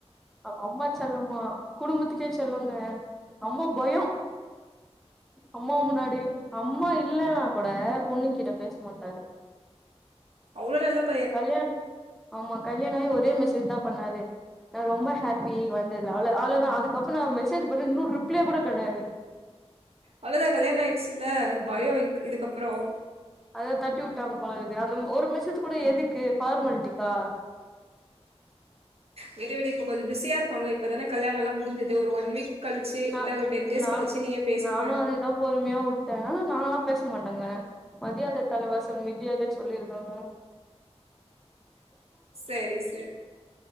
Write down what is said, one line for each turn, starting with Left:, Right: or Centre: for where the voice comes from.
Centre: அம்மா செல்லமா குடும்பத்துக்கே செல்லோங்க அம்மா பயோ அம்மா முன்னாடி அம்மா இல்லைன்னா கூட பொண்ணுங்க்கிட்ட பேஸ் மாட்டாரு
Right: அவ்ளோ நல்லப்
Centre: கல்யாண் ஆமா கல்யாணாகி ஒரே மெசேஜ் தா பண்ணாரு நா ரொம்ப ஹாப்பி வந்ததுல அவ்ளோ அவ்ளோதா அதுக்கப்றோ மெசேஜ் பண்ணு இன்னு ரிப்ளே கூட கெடையாது
Right: அவ்ளோதா கல்யாண ஆயிடுச்சுல்ல பயோ இருக் இதுக்கப்புறோ
Centre: அத தட்டி உட்டாங்க போலருக்குது அந்த ஒரு மெசேஜ் கூட எதுக்கு ஃபார்மாலிட்டிக்கா
Right: விடு விடு இப்ப கொஞ்சோ பிஸியா இருப்பாங்கள இப்பதானே கல்யாணோ எல்லா முடிஞ்சது ஒரு ஒன் வீக் கழிச்சு
Centre: நா
Right: இல்ல ஒரு டென் டேஸ்
Centre: நான்
Right: கழிச்சு நீயே பேசிப்பாரு
Centre: நானு அதேதா பொறுமையா உட்டே நாங்களா பேச மாட்டேங்க மதியாத தலை வாசல் மிதியாதை சொல்லி இருக்காங்க
Right: சேரி செர்